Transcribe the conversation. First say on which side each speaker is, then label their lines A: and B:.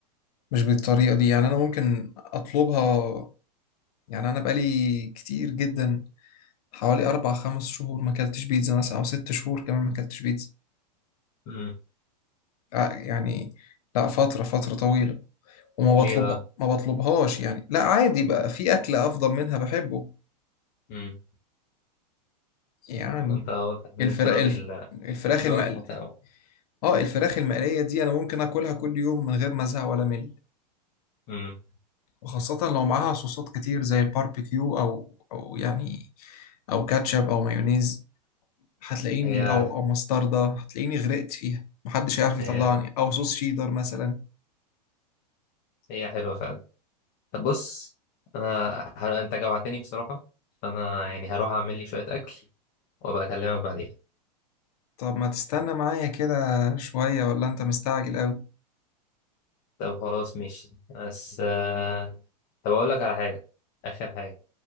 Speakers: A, on the left; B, on the left.
A: مش بالطريقه دي يعني انا ممكن اطلبها يعني انا بقالي كتير جدا حوالي اربع خمس شهور ما اكلتش بيتزا مثلا او ست شهور كمان ما اكلتش بيتزا
B: امم
A: آه، يعني لا فتره فتره طويله وما
B: ليه
A: بطلبها
B: بقى
A: ما بطلبهاش يعني لا عادي بقى في اكل افضل منها بحبه
B: امم
A: يعني
B: هو انت واضح ان
A: الفراخ
B: انت راجل
A: الف- الفراخ
B: ذوقك
A: المقليه
B: متنوع
A: اه الفراخ المقليه دي انا ممكن اكلها كل يوم من غير ما ازهق ولا مل
B: امم
A: وخاصة لو معاها صوصات كتير زي الباربيكيو أو أو يعني أو كاتشب أو مايونيز هتلاقيني
B: هي
A: أو أو مستردة هتلاقيني غرقت فيها محدش هيعرف يطلعني
B: هي
A: أو صوص شيدر مثلا
B: هي حلوه فعلا بص انا ه- انت جوعتني بصراحة فانا يعني هروح اعمل لي شوية اكل وابقى اكلمك بعدين
A: طب ما تستنى معايا كده شوية ولا أنت مستعجل أوي
B: طب خلاص ماشي بس آه، طب اقول لك على حاجة اخر حاجة